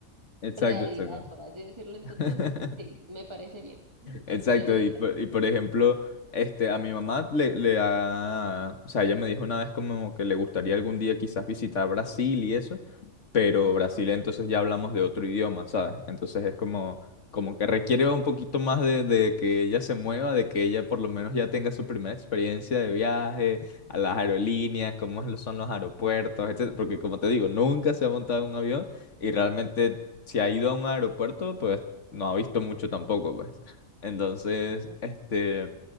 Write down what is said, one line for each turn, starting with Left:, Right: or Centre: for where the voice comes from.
Left: Exacto,
Right: realidad,
Left: exacto.
Right: por así decirlo. Entonces,
Left: <laughs>
Right: sí, me parece bien.
Left: Exacto,
Right: Apoyo la idea.
Left: y, por- y por ejemplo, este, a mi mamá le, le ha, o sea, ella me dijo una vez como que le gustaría algún día quizás visitar Brasil y eso, pero
Right: Ajá.
Left: Brasil entonces ya hablamos de otro idioma, ¿sabes? Entonces es como, como que requiere un poquito más de, de que ella se mueva, de que ella por lo menos ya tenga su primera experiencia de viaje, a las aerolíneas, cómo es lo- son los aeropuertos, etcétera. Porque como te digo, nunca se ha montado en un avión y realmente si ha ido a un aeropuerto, pues no ha visto mucho tampoco, pues. Entonces,
Right: ajá.
Left: este,